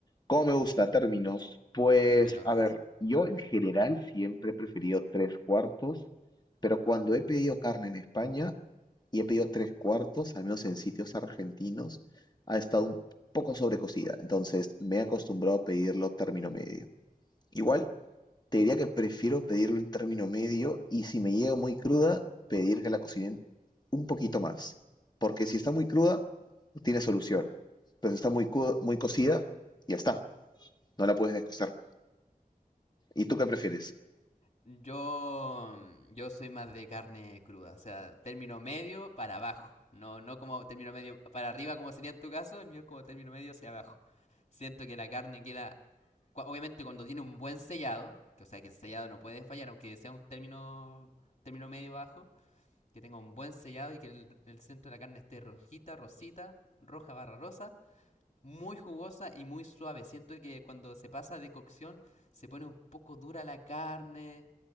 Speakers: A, on the left (about 25°); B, on the left (about 45°).
A: ¿Cómo me gusta? Términos. Pues,
B: términos.
A: a ver, yo en general siempre he preferido tres cuartos, pero cuando he pedido carne en España y he pedido tres cuartos, al menos en sitios argentinos, ha estado un poco sobrecocida. Entonces, me he acostumbrado a pedirlo término medio. Igual te diría que prefiero pedirlo en término medio y si me llega muy cruda, pedir que la cocinen un poquito más. Porque si está muy cruda, tiene solución. Pero si está muy, cu- muy cocida, ya está, no la puedes descostar. ¿Y tú qué prefieres?
B: Yo, mm, yo soy más de carne cruda, o sea, término medio para abajo, no, no como término medio para arriba como sería en tu caso, el mío es como término medio hacia abajo. Siento que la carne queda, cua- obviamente cuando tiene un buen sellado, que o sea que el sellado no puede fallar, aunque sea un término, término medio bajo, que tenga un buen sellado y que el, el centro de la carne esté rojita, rosita, roja barra rosa, muy jugosa y muy suave. Siento que cuando se pasa de cocción se pone un poco dura la carne